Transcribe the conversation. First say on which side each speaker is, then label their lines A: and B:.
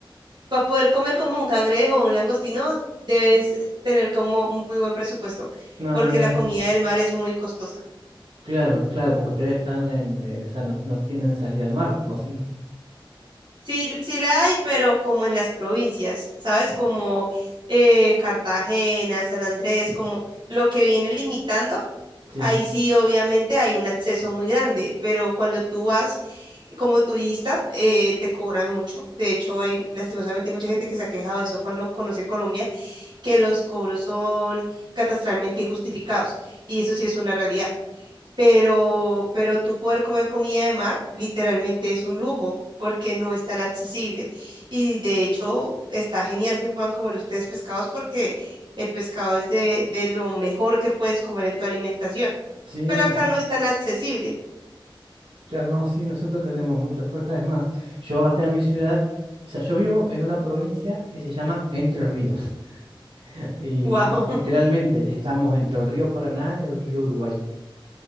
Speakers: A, on the right; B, on the right.
A: para poder comer como un cangrejo o un langostino, debes tener como muy buen presupuesto,
B: No,
A: porque
B: mira,
A: la comida del mar es muy costosa.
B: claro, claro, porque ustedes están en, eh, o sea, no, no tienen salida al mar, ¿o sí?
A: Sí, sí la hay, pero como en las provincias, ¿sabes? Como eh, Cartagena, San Andrés, como lo que viene limitando,
B: Sí,
A: ahí sí obviamente hay un acceso muy grande, pero cuando tú vas como turista, eh, te cobran mucho. De hecho, hay lastimosamente mucha gente que se ha quejado de eso cuando conoce Colombia que los cobros son catastralmente injustificados, y eso sí es una realidad. Pero, pero tú poder comer comida de mar literalmente es un lujo porque no es tan accesible. Y de hecho está genial que puedan comer ustedes pescados porque el pescado es de, de lo mejor que puedes comer en tu alimentación,
B: sí,
A: pero acá no es tan accesible.
B: claro, no, sí, nosotros tenemos mucha oferta, es más, yo acá en mi ciudad, o sea, yo vivo en una provincia que se llama Entre Ríos. Y
A: Wow,
B: literalmente
A: <laughs>
B: estamos entre el río Paraná y el río Uruguay.